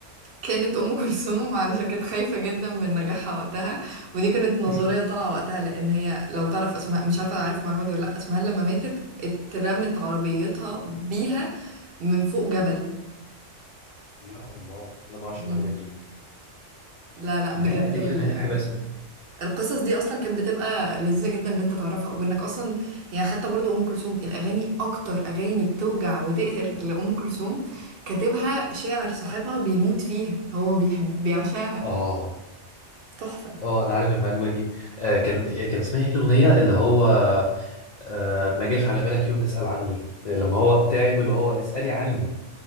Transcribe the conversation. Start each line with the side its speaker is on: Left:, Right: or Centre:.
Right: كانت ام كلثوم علشان كانت خايفه جدا من نجاحها وقتها ودي كانت نظريه
Left: <laughs>
Right: طالعه وقتها لان هي لو تعرف اسماء مش عارفه عارف المعلومه دي ولا لا اسمها لما ماتت اترمت عربيتها بيها من فوق جبل
Left: يا الله لا ما اعرفش المعلومه
Right: مم.
Left: دي
Right: لا لا
Left: مع
Right: بجد
Left: ان قد
Right: ال-
Left: كده مع اني بحب اسمع
Right: القصص دي اصلا كانت بتبقى لذيذه جدا ان انت تعرفها وانك اصلا يعني حتى برضو ام كلثوم الاغاني اكتر اغاني بتوجع وتقهر لام كلثوم كاتبها شاعر صاحبها بيموت فيها هو بيحب بيعشاها
Left: اه
Right: تحفه
Left: اه انا عارف المعلومه دي آه كان كان اسمها ايه الاغنيه اللي هو آه ما جاش على بالك يوم تسال عني لما هو تعب اللي هو اسالي عني